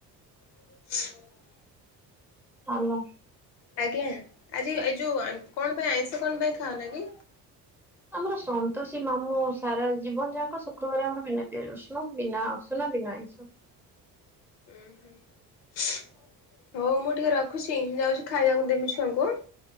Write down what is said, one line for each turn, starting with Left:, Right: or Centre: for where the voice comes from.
Left: <unintelligible>
Centre: ହେଲା।
Left: ଆଜ୍ଞା। ଆଜି ଏଇ ଯଉ କଣ ପାଇଁ ଆଇଁଷ କଣ ପାଇଁ ଖାଅନା କି?
Centre: ଆମର ସନ୍ତୋଷୀ ମାମୁଁ ସାରା ଜୀବନ ଯାକ ଶୁକ୍ରବାର ଆମର ବିନା ପିଆଜ ରସୁଣ ବିନା ଉସୁନା ବିନା ଆଇଁଷ।
Left: ହୁଁ ହୁଁ। ହୋଉ ମୁଁ ଟିକେ ରଖୁଚି ଯାଉଚି ଖାଇବାକୁ ଦେମି ଛୁଆଙ୍କୁ ଆଂ।